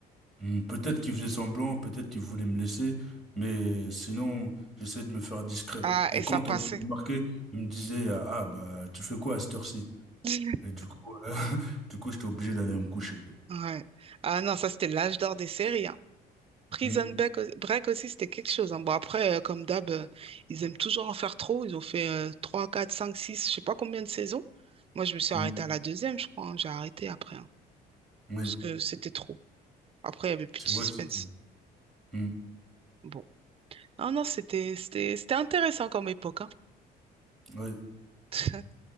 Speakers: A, in the centre; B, on the right.
A: Hmm, Peut-être qu'il faisait semblant, peut-être qu'il voulait me laisser, mais sinon, j'essayais de me faire discret.
B: Ah,
A: Et
B: et
A: quand
B: ça passait.
A: on me remarquait, il me disait, euh, ah, bah, tu fais quoi à cette heure-ci?
B: <laughs>
A: Et du coup, euh, <laughs> du coup, j'étais obligé d'aller me coucher.
B: Ouais. Ah non, ça c'était l'âge d'or des séries. hein. Prison
A: Hmm,
B: Break, Break aussi, c'était quelque chose. hein. Bon, après, euh, comme d'hab, euh, ils aiment toujours en faire trop. Ils ont fait euh, 3, 4, 5, 6, je sais pas combien de saisons. Moi, je me suis
A: hmm,
B: arrêtée à la deuxième, je crois. hein. J'ai arrêté après, hein,
A: Oui,
B: parce que c'était trop. Après, il y avait plus
A: c'est
B: de suspense.
A: vrai que c'était, hmm,
B: Bon. Non, non, c'était, c'était, c'était intéressant comme époque. hein.
A: oui.
B: <laughs>